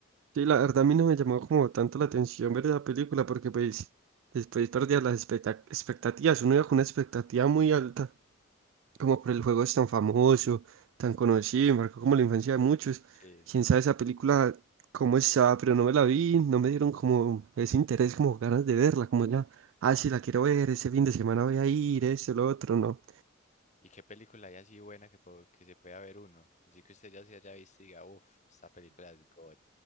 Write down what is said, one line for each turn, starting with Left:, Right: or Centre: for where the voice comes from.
Right: Sí, la verdad a mí no me llamó como tanto la atención ver esa película porque pues después perdía las expecta- expectativas. Uno iba con una expectativa muy alta como por el juego es tan famoso, tan conocido, y marcó como la infancia de muchos.
Left: Sí.
Right: Quién sabe esa película cómo está, pero no me la vi, no me dieron como ese interés, como ganas de verla, como ya, ah, sí, la quiero ver, ese fin de semana voy a ir, esto, lo otro, no.
Left: ¿Y qué película hay así buena que, po- que se pueda ver uno? Así que usted ya se haya visto y diga, uff, esta película es God.